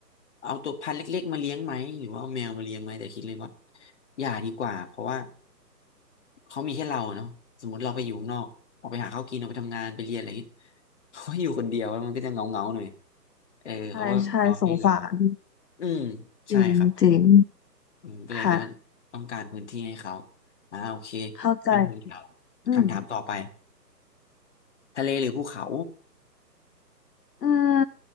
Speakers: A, on the left; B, on the left.
A: เอาตัวพันธุ์เล็กๆมาเลี้ยงไหมหรือว่าเอาแมวมาเลี้ยงไหมแต่คิดเลยว่าอย่าดีกว่าเพราะว่าเขามีแค่เราเนาะสมมติเราไปอยู่ข้างนอกออกไปหาข้าวกินออกไปทำงานไปเรียนอะไรเงี้ย <laughs> เขาก็อยู่คนเดียวแล้วมันก็จะเงาเงาหน่อยเออเขาก็นอให้เรา
B: ใช่ใช่สงสาร
A: อืมใช่ครับ
B: จริงจริง
A: อืมก็เลยคิดว่าต้องการพื้นที่ให้เขา
B: ค่ะ
A: อ่าโอเค
B: เข้าใจ
A: งั้นผมถามคำถามต่อไป
B: อืม
A: ทะเลหรือภูเขา
B: อืม